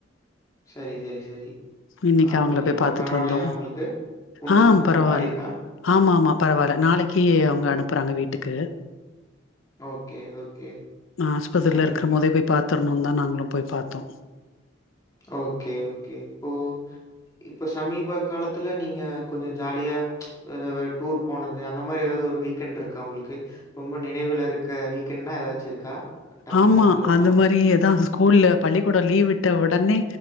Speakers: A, on the left; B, on the left.
A: சரி, சரி, சரி.
B: இன்னிக்கு
A: ஆ
B: அவங்கள போய்
A: இப்போ
B: பாத்துட்டு
A: பரவாயில்லையா
B: வந்தோ
A: உங்களுக்கு? புண்ணு
B: ஆ
A: கொஞ்சமாவது
B: பரவால்ல
A: ஆறியிருக்கா?
B: ஆமா ஆமா பரவால்ல நாளைக்கு அவங்க அனுப்புறாங்க வீட்டுக்கு
A: ஓகே, ஓகே.
B: ஆஸ்பத்திர்ல
A: ம்.
B: இருக்கிற போதே போய் பாத்தர்ணுன்னுன் தா நாங்களு போய் பாத்தோ
A: ஓகே ஓகே உ இப்ப சமீப காலத்துல நீங்க கொஞ்சொ ஜாலியா எதாவது டூர் போனது அந்த மாரி எதாவது ஒரு வீக்கெண்ட் இருக்கா உங்களுக்கு ரொம்ப நெனைவில இருக்க வீக்கெண்ட்னா எதாச்சு இருக்கா டக்குன்னு
B: ஆமா
A: தோணுதா?
B: அந்த மாரி ஏதான் ஸ்கூல்ல பள்ளிக்கூடம் லீவ் விட்ட உடனே